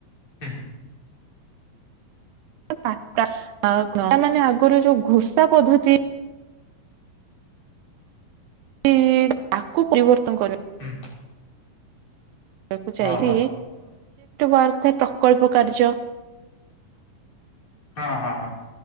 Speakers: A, on the left; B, on the right.
A: ହୁଁ
B: <unintelligible> ତା ମାନେ ଆଗରୁ ଯୋଉ ଘୁସା ପଦ୍ଧତି ଇ ତାକୁ ପ୍ରିୟବର୍ତ୍ତନ କରି
A: ହୁଁ
B: <unintelligible> ସିପ୍ଟି
A: ହଁ ହଁ
B: ୱାର୍କ ଥାଏ ପ୍ରକଳ୍ପ କାର୍ଯ୍ୟ।
A: ହଁ ହଁ ହଁ।